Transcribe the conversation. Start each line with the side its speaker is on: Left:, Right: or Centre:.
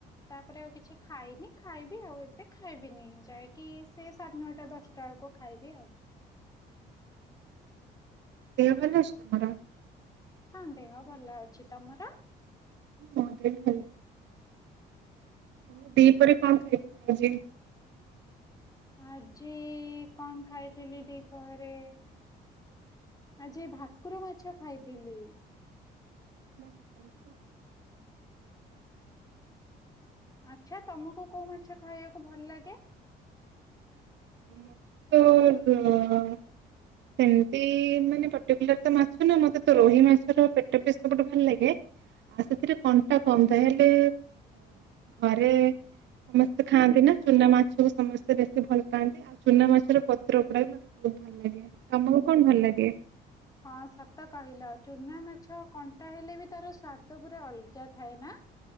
Left: ତାପରେ ଆଉ କିଛି ଖାଇନି! ଖାଇବି ଆଉ ଏବେ ଖାଇବିନି ଯାଇକି ସେଇ ସାଢ଼େ ନଅଟା, ଦଶଟା ବେଳକୁ! ଖାଇବି ଆଉ!
Right: ଦେହ ଭଲ ଅଛି ନା ତମର?
Left: ହଁ ଦେହ ଭଲ ଅଛି! ତମର?
Right: ହଁ ମୋ ଦେହ ଭଲ! ଆଉ ଦିପହରେ କଣ ଖାଇଥିଲ ଆଜି?
Left: ଆଜି କଣ? ଖାଇଥିଲି ଦିପହରେ? ଆଜି ଭାକୁର ମାଛ ଖାଇଥିଲି!
Right: <unintelligible>
Left: ଆଚ୍ଛା! ତମକୁ କୋଉ ମାଛ ଖାଇବାକୁ ଭଲ ଲାଗେ?
Right: ହ ହ ସେମିତି ମାନେ ପର୍ଟିକୁଲାର ତ ମାଛ ନା ମତେ ତ ରୋହି ମାଛର ପେଟ ପିସ୍ ସବୁଠୁ ଭଲ ଲାଗେ! ଆଉ ସେଥିରେ କଣ୍ଟା କମ୍ ଥାଏ! ହେଲେ ଘରେ? ସମସ୍ତେ ଖାଆନ୍ତି ନା! ଚୁନା ମାଛକୁ ସମସ୍ତେ ବେଶୀ ଭଲ! ପାନ୍ତି ଆଉ ଚୁନା ମାଛର ପତ୍ର ପୋଡା ବି ମତେ ବହୁତ ଭଲ ଲାଗେ ତମକୁ କଣ ଭଲ ଲାଗେ
Left: ହଁ ସତ କହିଲ ଚୁନା ମାଛ କଣ୍ଟା ହେଲେ ବି ତାର ସ୍ଵାଦ ପୁରା ଅଲଗା ଥାଏ ନା